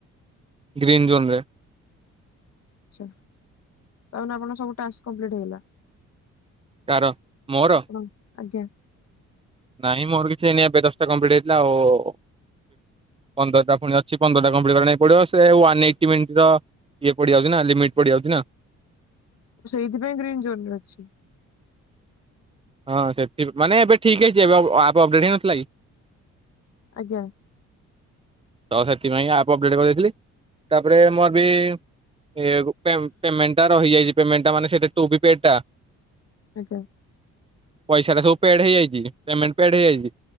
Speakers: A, on the right; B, on the left.
A: ଗ୍ରୀନ୍ ଜୋନରେ।
B: ତାହଲେ ଆପଣ ସବୁ ଟାସ୍କ କମ୍ପ୍ଲିଟ ହେଇଗଲା?
A: କାର ମୋର?
B: ଆପଣ ଆଜ୍ଞା।
A: ନାଇଁ ମୋର କିଛି ଏଇନି ଏବେ ଦଶଟା କମ୍ପ୍ଲିଟ୍ ହେଇଥିଲା ଆଉ। ପନ୍ଦରଟା ପୁଣି ଅଛି ପନ୍ଦରଟା କମ୍ପ୍ଲିଟ କରିବା ପାଇଁ ପଡିବ ସେ ୱାନ ଏଇଟି ମିଣ୍ଟି ର ଇଏ ପଡିଯାଉଛି ନା ଲିମିଟ୍ ପଡିଯାଉଛି ନା।
B: ମୁଁ ସେଇଥିପାଇଁ ଗ୍ରୀନ୍ ଜୋନରେ ଅଛି।
A: ହଁ ସେଠି ମାନେ ଏବେ ଠିକ୍ ହେଇଛି ଏବେ ଆପ ଅପଡେଟ ହେଇନଥିଲା କି।
B: ଆଜ୍ଞା।
A: ତ ସେଥିପାଇଁ ଆପ୍ ଅପଡ଼େଟ୍ କରିଦେଇଥିଲି ତାପରେ ମୋର ବି ଏ ପେମେଣ୍ଟ ଟା ରହିଯାଇଛି ପେମେଣ୍ଟା ମାନେ ସେ <unintelligible>
B: ଆଜ୍ଞା।
A: ପଇସା ଟା ସବୁ ପେଡ଼େ ହେଇଯାଇଛି ପେମେଣ୍ଟ ପେଡ଼େ ହେଇଯାଇଛି।